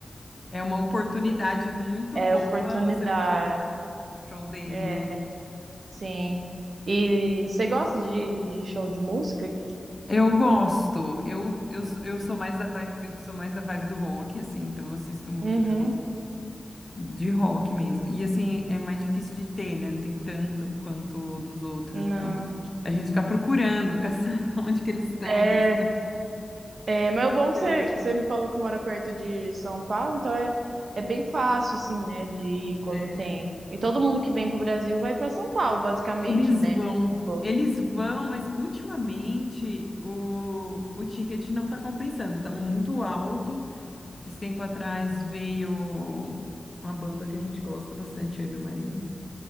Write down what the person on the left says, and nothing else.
É uma oportunidade muito
boa
você poder ver o show dele,
né?
Eu gosto. Eu, eu, sou- eu sou mais da vibe, sou mais da vibe do rock, assim, então eu assisto muito
show de rock mesmo. E assim, é mais difícil de ter, né? Não tem tanto quanto dos outros.
Então, a gente fica procurando, <laughs> caçando onde que eles estão,
que eles
estão.
é,
Eles
vão,
eles vão, mas ultimamente o, o ticket não está compensando, está muito alto. Esses tempo atrás veio uma banda que a gente gosta bastante, eu e meu marido,